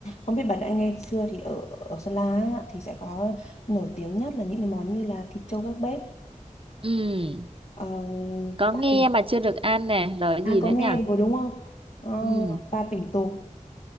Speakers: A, on the left (about 55°); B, on the right (about 45°).
A: không biết bạn đã nghe chưa thì ở ở Sơn La á, thì sẽ có nổi tiếng nhất là những cái món như là thịt trâu gác bếp
B: Ừ,
A: ờ,
B: có
A: ba
B: nghe
A: bình
B: mà chưa được ăn nè, rồi cái
A: à
B: gì nữa
A: có nghe
B: nhỉ?
A: rồi đúng không Ờ,
B: Ừ,
A: ba bình tộp